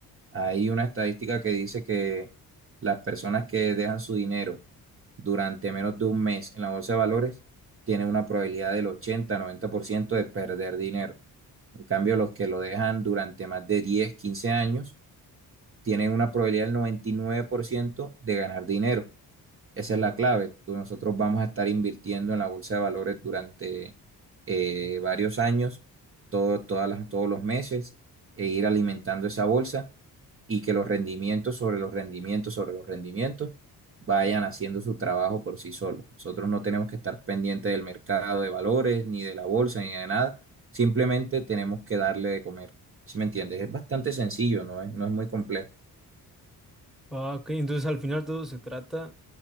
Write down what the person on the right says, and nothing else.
Hay una estadística que dice que las personas que dejan su dinero durante menos de un mes en la bolsa de valores tienen una probabilidad del ochenta, noventa por ciento de perder dinero. En cambio, los que lo dejan durante más de 10, 15 años tienen una probabilidad del 99% de ganar dinero. Esa es la clave. Tú- Nosotros vamos a estar invirtiendo en la bolsa de valores durante eh, varios años, todo- todas las- todos los meses, e ir alimentando esa bolsa y que los rendimientos sobre los rendimientos sobre los rendimientos vayan haciendo su trabajo por sí solos. Nosotros no tenemos que estar pendientes del mercado de valores, ni de la bolsa, ni de nada. Simplemente tenemos que darle de comer. ¿Sí me entiendes? Es bastante sencillo, no es, no es muy complejo.